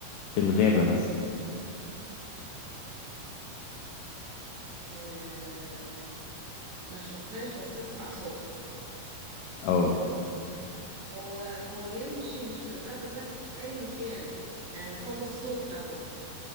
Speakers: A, on the left; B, on the right.
A: في الغابة مثلا
B: مم. آه ما اشوفهاش بس اسمع صوتها
A: اه
B: هو هو يمشي مش في الغابة بس في اي مكان يعني صدى الصوت مثلا